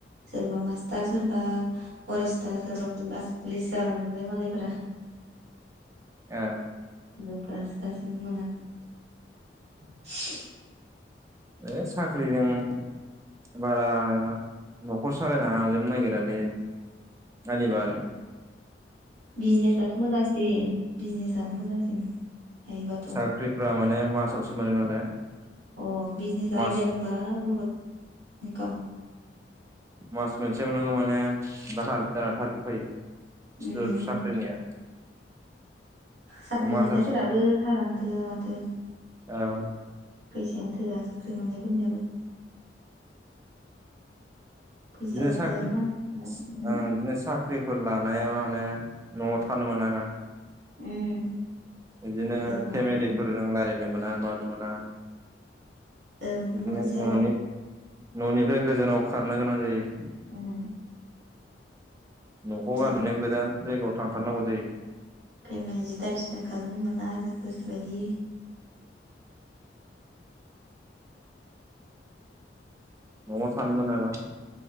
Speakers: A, on the right; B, on the right.
A: सोरबा मास्टार सोरबा फरेस्टार सोरबा पुलास पुलिस जालांजोबाय मालायफोरा।
B: ए
A: जों फोरायो दासिमबो मोनाखै <inaudible>
B: ओ साख्रिजों बारा न'खर सालायनो हा जोबनो नागिरालै आंनिबा आरो ‌
A: बिजनेसासो मोजांसिन बिजनेसानो मोजांसिन। हायोबाथ'
B: साख्रिफ्रा माने मासावसो मोन नालाय।
A: अ बिजनेस
B: मास
A: आइडिया रोंबा बुहुद इनकाम।
B: मास मोनसेयावनो माने दाहार जानानानै थाजोबखायो
A: उम
B: सोर
A: उम।
B: साख्रिनिया।
A: साख्रि
B: मासाव
A: मोननायफोराबो थारानो थोआ माथो।
B: औ
A: फैसायानो थोआ साख्रि मोननायफोरनियाबो। फैसाया
B: बिदिनो साख्रि
A: थोआ
B: ओ
A: मानसिफोरना उम
B: बिदिनो सा ख्रिफोर लानाया माने न'आव थानो मोना ना।
A: उम
B: बिदिनो
A: गोजानाव
B: फेमिलिफोरजों
A: ओं
B: रायजलायनो मोना मानो मोना
A: बे
B: <unintelligible>
A: मोनसे
B: न'नि
A: आरो
B: न'निफ्राय गोजानाव खारनो गोनां जायो।
A: उम
B: न'खौ
A: टाइम
B: गारनानै गोदान जायगायाव थांथारनांगौ जायो।
A: फेमिलिजो टाइम स्पेन्ड खालामनो मोना आरो गोसोबायदि।
B: न'आव थानोमोनाबाथाय